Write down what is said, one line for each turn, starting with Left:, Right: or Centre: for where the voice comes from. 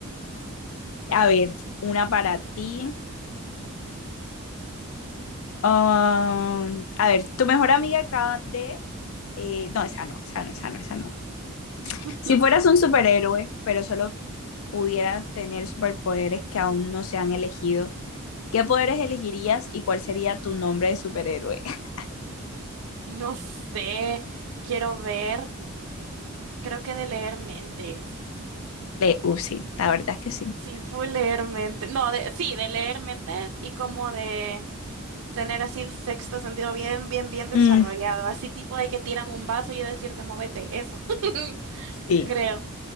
Left: A ver, una para ti. Um, a ver, tu mejor amiga acaba de... eh, no, esa no, esa no, esa no, esa no.
Right: <laughs>
Left: Si fueras un superhéroe, pero solo pudieras tener superpoderes que aún no se han elegido, ¿qué poderes elegirías y cuál sería tu nombre de superhéroe? <laughs>
Right: No sé. Quiero ver. Creo que de leer mentes.
Left: Le, uh, sí, la verdad es que sí.
Right: Sí, fue leer mentes. No, de, sí, de leer mentes y como de tener así el sexto sentido bien, bien, bien desarrollado,
Left: Mm,
Right: así tipo de que tiran un vaso y yo decirte, móvete, eso, <laughs>
Left: sí,
Right: creo.